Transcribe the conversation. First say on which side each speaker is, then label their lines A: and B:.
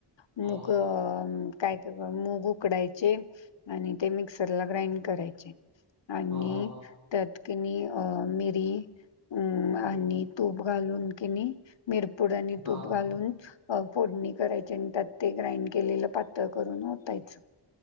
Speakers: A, on the left; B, on the right.
A: मूग
B: हा हा
A: काय? तर मूग उकडायचे आणि ते मिक्सर ला ग्राइंड करायचे. आणि
B: हा. हा हा हा
A: त्यात कीं नाई मिरी,
B: हम्म
A: आनी तूप घालून कि नाई मिरपुड आणि
B: हा
A: तूप
B: हा
A: घालून.. अ फोडणी करायची आणि त्यात ते ग्राइंड केलेलं पातळ करून ओतायचं.